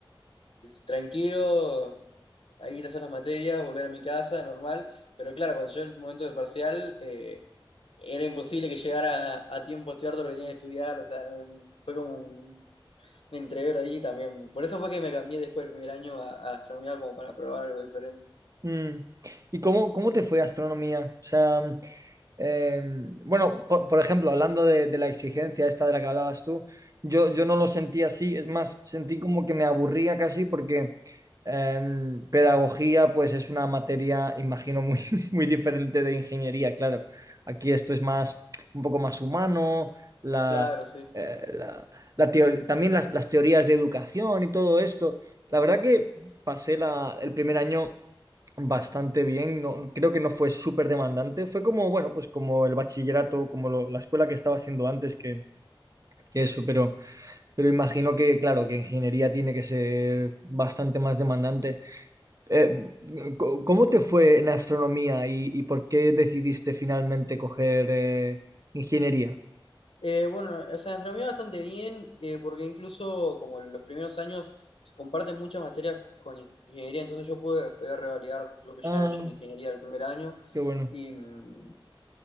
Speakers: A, on the left; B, on the right.
A: tranquilo, ahí ir a hacer las materias, volver a mi casa, normal. Pero claro, cuando llegó el momento del parcial, eh, era imposible que llegara a, a tiempo a estudiar todo lo que tenía que estudiar. O sea, fue como me entregué ahí también. Por eso fue que me cambié después del primer año a, a astronomía como para probar algo diferente.
B: Mm. ¿Y cómo, cómo te fue astronomía? O sea, mm, eh, bueno, por, por ejemplo, hablando de, de la exigencia esta de la que hablabas tú, yo, yo no lo sentí así, es más, sentí como que me aburría casi porque eh, pedagogía pues es una materia, imagino, muy, <laughs> muy diferente de ingeniería, claro. Aquí esto es más, un poco más humano, la,
A: Claro, sí.
B: eh, la- la teo- también las, las teorías de educación y todo esto. La verdad que pasé la- el primer año bastante bien. No, creo que no fue súper demandante. Fue como, bueno, pues como el bachillerato, como lo- la escuela que estaba haciendo antes, que, que eso, pero, pero imagino que, claro, que ingeniería tiene que ser bastante más demandante. Eh, co- ¿cómo te fue en astronomía y, y por qué decidiste finalmente coger eh, ingeniería?
A: Eh, bueno, o sea, astronomía bastante bien, eh, porque incluso como en los primeros años se comparten muchas materias con ingeniería, entonces yo pude, pude revalidar lo que
B: Ah,
A: ya había hecho en ingeniería el primer año.
B: qué bueno.
A: Y, mm,